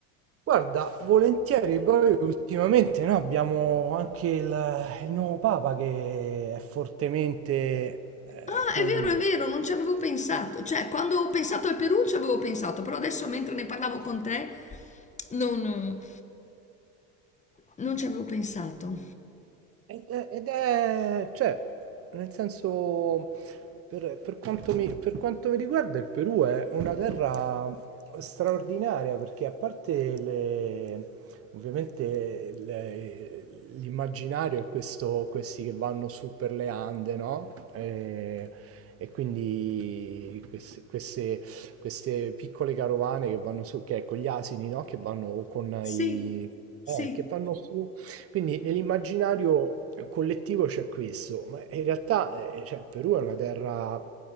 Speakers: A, on the right; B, on the left.
A: Guarda, volentieri, poi ultimamente noi abbiamo anche il, il nuovo Papa che è fortemente, eh,
B: Ah,
A: come
B: è vero,
A: dire,
B: è vero, non ci avevo pensato. Cioè, quando ho pensato al Perù ci avevo pensato, però adesso mentre ne parlavo con te non, non ci avevo pensato.
A: Ed è, ed è- cioè, nel senso, per, per quanto mi, per quanto mi riguarda, il Perù è una terra straordinaria perché a parte le, ovviamente le- l'immaginario è questo, questi che vanno su per le Ande, no? E, e quindi queste, queste- queste piccole carovane che vanno su, che è con gli asini, no? Che vanno con
B: Sì,
A: i...
B: sì.
A: eh, che vanno su... Quindi nell'immaginario collettivo c'è questo, ma in realtà eh, cioè, il Perù è una terra